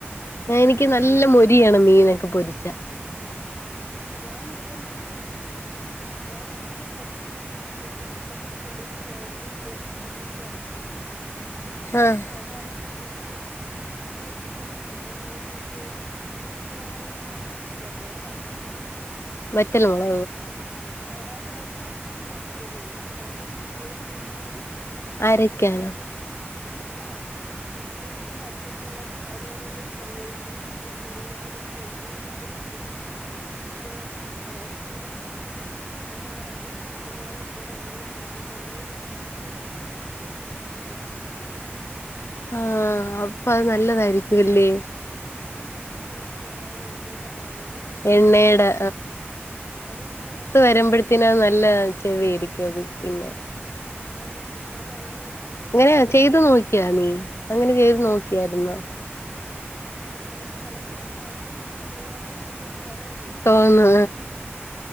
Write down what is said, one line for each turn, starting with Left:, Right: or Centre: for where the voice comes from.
Left: എനിക്ക്
Centre: അങ്ങനുണ്ടല്ലേ
Left: നല്ല മൊരിയണം ഇനൊക്കെ പൊരിച്ച
Centre: ഞാനിപ്പം പിന്നെ ഞാനിപ്പം പിന്നെ ഇ നമ്മള് പുളിയും മുളത്തിയിട്ട് സംമ്മന്തിയാകതിലെ അത്
Left: ആഹ്
Centre: സാധാരണ ഇവിടെ ഇെ പുള്ളി മറ്റേ അതിന് ന്തോ പറയുന്ന കാര്യമൊള കൊ അത് ഇത്തി മുളക്
Left: വറ്റല്ല മുള
Centre: സാധാരണ അതെല്ലാം മിക്സിൽയിട്ട് അടിക്കാ ചെയ്യുന്നു അപ്പൊ ഞാനൊരു വീഡിയോൽ ഇങ്ങനെ കണ്ട് ഈ വറ്റൽ
Left: അരക്കാനോ
Centre: മുളകും ആ ഇതും ഈ വറ്റൽമുളകും അതുപോലെ തന്നെ ചെറിയ ഉള്ളിയും പിന്നെ പുളിയും കൂടി എണ്ണയിൽ ഇട്ട് നല്ലരീതിയ്ക്ക് ഇങ്ങനെ അതായത് ചെറിയുള്ളൊക്കെ നല്ല ഇത് ചുമന്ന കളറാക്കിയിട്ട് വറ്റൽ മുളക് ഇതുപോലെ <unintelligible> എണ്ണയിലിട്ട് വറുത്തെടുത് അതിട്ട് വീതി <unintelligible>
Left: ആ അപ്പ അത് നല്ലതായിരിക്കുംല്ലേ
Centre: അപ്പൊ ഒരു നല്ല ടേസ്റ്റ് ഉണ്ടാ ആ എണ്ണയുടെ മണവും
Left: എണ്ണയുടെ
Centre: എല്ലംകുടെ അത് ഉള്ളിൽ നല്ല
Left: വരുമ്പോഴത്തിനാ
Centre: ചുവന്ന
Left: നല്ല ച്ചേ വേവിക്കും അത് പിന്നെ
Centre: ആണ് ഞാൻ അങ്ങനെ അങ്ങനെ
Left: അങ്ങനെയ
Centre: ട്രൈ ചെയ്തപ്പോ
Left: ചെയ്തു
Centre: ഇവിടെ
Left: നോക്കിയാ
Centre: എല്ലാവർക്കും ഇഷ്ടപ്പെട്ടു
Left: നീ അങ്ങനെ ചെയ്ത് നോക്കിയായിരുന്നോ
Centre: ചെലപ്പോ നമുക്ക് ചെലപ്പം ഇങ്ങനെ കാണുമ്പോൾ തന്നെ ഇങ്ങനെ ചെയ്യണം എന്നൊരു വര വരോലോ
Left: തോന്നു
Centre: എനിക്ക് ഇത് കണ്ടിട്ട്